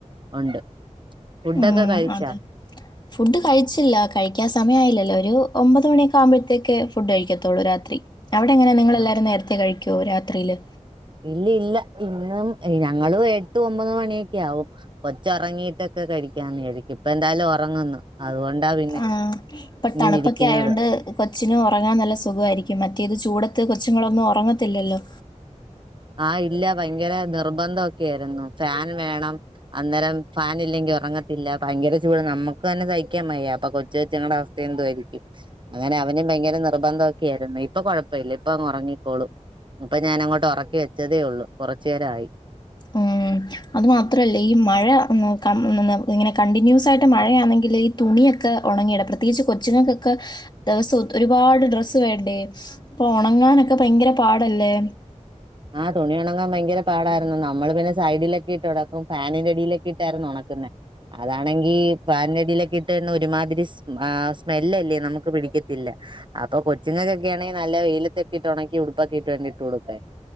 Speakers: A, on the right (about 40°); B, on the left (about 35°).
A: ഉണ്ട് ഫുഡൊക്കെ
B: ഉം
A: കഴിച്ചാ
B: അതെ ഫുഡ് കഴിച്ചില്ല കഴിക്കാൻ സമയയായില്ലല്ലോ ഒരു ഒമ്പത് മണിയൊക്കെ ആകുമ്പോഴത്തേക്കേ ഫുഡ് കഴിക്കത്തുള്ളൂ രാത്രി അവിടെ എങ്ങനെ നിങ്ങളെല്ലാരും
A: ആ
B: നേരത്തെ കഴിക്കുവോ വോ രാത്രിയില്
A: ഇല്ല ഇല്ല ഇന്നും ഞങ്ങളും എട്ട് ഒമ്പത് മണിയൊക്കെ ആവും കൊച്ച് ഉറങ്ങീട്ടൊക്കെ കഴിക്കാന്ന് വിചാരിക്കും ഇപ്പ എന്തായാലും ഉറങ്ങുന്നു അതുകൊണ്ടാ പിന്നെ
B: ആ ഇപ്പൊ
A: ഇങ്ങനെ
B: തണുപ്പൊക്കെ
A: ഇരിക്കുന്നത്
B: ആയതോണ്ട് കൊച്ചിനും ഉറങ്ങാൻ നല്ല സുഖമായിരിക്കും മറ്റേത് ചൂടത്ത് കൊ ച്ച്ങ്ങളൊന്നും ഉറങ്ങത്തില്ലല്ലോ
A: ആ ഇല്ല ഭയങ്കര നിർബന്ധൊക്കെ ആയിരുന്നു ഫാൻ വേണം അന്നേരം ഫാൻ ഇല്ലെങ്കി ഉറങ്ങത്തില്ല ഭയങ്കര ചൂട് നമ്മുക്ക് തന്നെ സഹിക്കാൻ മയ്യ അപ്പൊ കൊച്ചു കൊച്ചുങ്ങടെ അവസ്ഥ എന്തു ആരിക്കും അങ്ങനെ അവനും ഭയങ്കര നിർബന്ധംക്കെ ആയിരുന്നു ഇപ്പൊ കൊഴപ്പല്ല ഇപ്പ ഉറങ്ങിക്കോളൂ ഇപ്പൊ ഞാൻ അങ്ങോട്ട് ഉറക്കി വെച്ചതേ ഉള്ളൂ കുറച്ചുനേരായി
B: ഉം അത് മാത്രല്ലേ ഈ മഴ ക ഇങ്ങനെ കണ്ടിന്യൂസ് ആയിട്ട് മഴയാണെങ്കില് ഈ തുണിയൊക്കെ ഉണങ്ങിട പ്രത്യേകിച്ച് കൊച്ചുങ്ങൾക്കൊക്കെ ദിവസം ഒരുപാട് ഡ്രസ്സ് വേണ്ടേ അപ്പൊ ഉണങ്ങാനൊക്കെ ഭയങ്കര പാടല്ലേ
A: ആ തുണി ഉണങ്ങാൻ ഭയങ്കര പാടായിരുന്നു നമ്മള് പിന്നെ സൈഡിലൊക്കെ ഇട്ട് ഉണക്കും ഫാനിന്റെടിയിലൊക്കെ ഇട്ടായിരുന്നു ഉണക്കുന്നെ അതാണെങ്കി ഫാനിന്റടിയിലൊക്കെ ഇട്ട്ന്ന ഒരുമാതിരി സ് ആ സ്മെല്ലല്ലേ നമുക്ക് പിടിക്കത്തില്ല അപ്പൊ കൊച്ചുങ്ങക്കൊക്കെ ആണെങ്കി നല്ല വെയിലത്തൊക്കെ ഇട്ട് ഉണക്കി ഉടുപ്പൊക്കെ ഇട്ട് വേണ്ടി ഇട്ട് കൊടുക്കാൻ